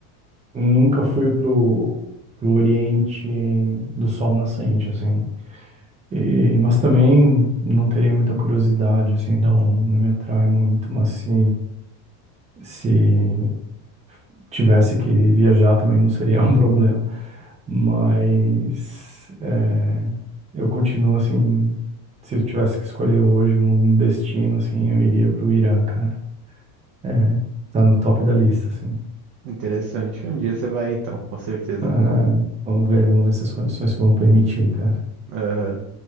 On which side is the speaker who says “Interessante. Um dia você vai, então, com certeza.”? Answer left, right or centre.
Right